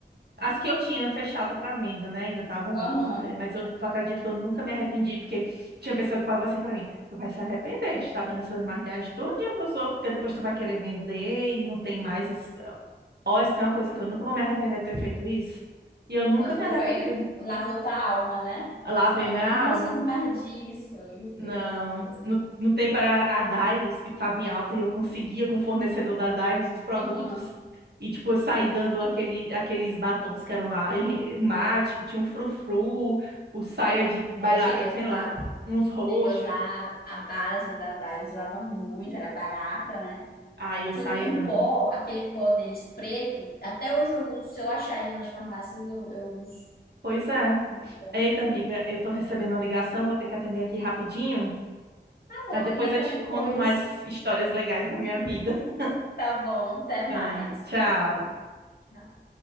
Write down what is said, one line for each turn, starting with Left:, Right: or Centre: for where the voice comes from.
Right: as que eu tinha fechado para venda, né? Ainda estavam
Left: aham.
Right: boas, mulher. Mas eu acredito que eu nunca me arrependi, porque tinha pessoa que falava assim para mim: tu vai se arrepender de estar dando essas maquiagens todinha pros outros, porque depois tu vai querer vender e não tem mais. Ó, isso é uma coisa que eu nunca vou me arrepender de ter feito isso. E eu nunca
Left: Nossa,
Right: me arrependi.
Left: foi, lavou tua alma, né?
Right: Lá
Left: Você,
Right: vem
Left: agora
Right: minha
Left: eu não preciso
Right: alma.
Left: mais disso. Eu
Right: Não,
Left: já vou pra
Right: no, no tempo era a Dailos que estava em alta e eu conseguia com o fornecedor da Dailos os produtos
Left: Aham.
Right: e tipo eu saí dando aquele, aqueles batons que eram lá, e- e mate, que tinha um frufru, o saia de bailarina,
Left: É, eu cheguei a
Right: sei
Left: usar,
Right: lá, uns roxos.
Left: cheguei a usar a base da Dylos, usava muito, era barata, né?
Right: Aí eu
Left: Tinha
Right: saí
Left: um
Right: dando.
Left: um pó, aquele pó deles preto, até hoje eu uso, se eu achar ele nas farmácias, eu, eu uso.
Right: Pois é.
Left: Muito bom.
Right: Eita, amiga, eu tô recebendo uma ligação, vou ter que atender aqui rapidinho.
Left: Tá bom,
Right: Aí depois
Left: amiga, até
Right: eu te
Left: depois.
Right: conto mais histórias legais da minha vida. <laughs>
Left: Tá bom, até mais.
Right: Ah, tchau.
Left: Tchau.